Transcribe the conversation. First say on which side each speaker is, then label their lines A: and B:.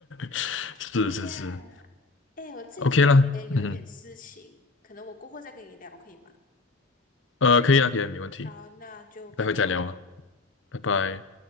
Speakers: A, on the left (about 75°); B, on the left (about 45°).
A: <laughs> 是是是
B: 对呀，哎，我自己感觉有一点事情，
A: ，OK 啦，嗯
B: 可能我过后再跟你聊，可以吗？
A: 呃，可以啊可以啊，没问题，
B: 好，那就拜拜。
A: 待会再聊啊，拜拜。